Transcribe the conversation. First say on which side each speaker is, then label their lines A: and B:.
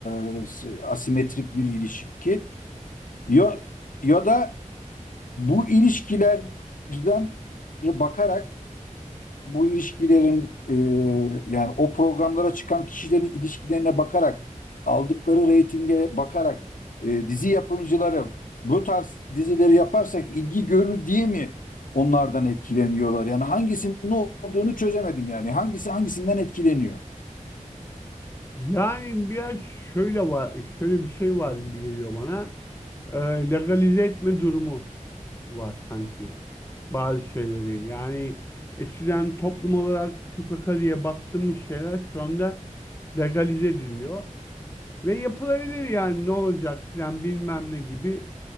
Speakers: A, on the left; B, on the left.
A: e, asimetrik bir ilişki. Ya, ya da Bu ilişkilerden bakarak bu ilişkilerin e, yani o programlara çıkan kişilerin ilişkilerine bakarak aldıkları reytinge bakarak e, dizi yapımcıları bu tarz dizileri yaparsak ilgi görür diye mi onlardan etkileniyorlar? Yani hangisinin ne olduğunu çözemedim yani. Hangisi hangisinden etkileniyor?
B: Yani biraz şöyle var, şöyle bir şey var gibi geliyor bana. Ee, legalize etme durumu var sanki bazı şeyleri. Yani eskiden toplum olarak tükaka diye baktığımız şeyler şu anda legalize ediliyor. Ve yapılabilir yani ne olacak filan bilmem ne gibi